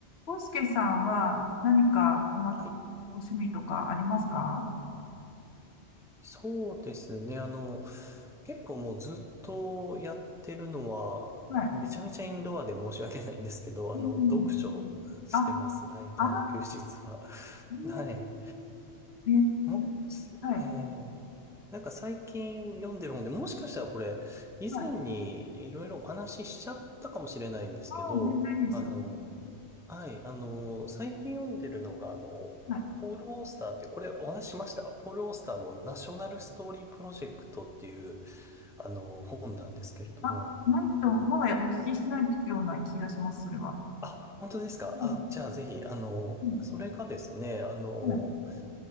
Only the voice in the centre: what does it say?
はい。
そうですね。あの、結構もうずっとやってるのは、
めちゃめちゃインドアで申し訳ないんですけど、
あの、読書してます。
大体あの、
休日は。<laughs>
はい。
もし、
えー、なんか最近読んでる本で、もしかしたらこれ、以前にいろいろお話ししちゃったかもしれないんですけど、
あの、はい、あの、最近読んでるのが、あの、
ポール・オースターっていう、これお話ししました。ポール・オースターのナショナル・ストーリー・プロジェクトっていう、あの、本なんですけれども。
あ、本当ですか。
あ、じゃあぜひ、あの、
それがですね、あの、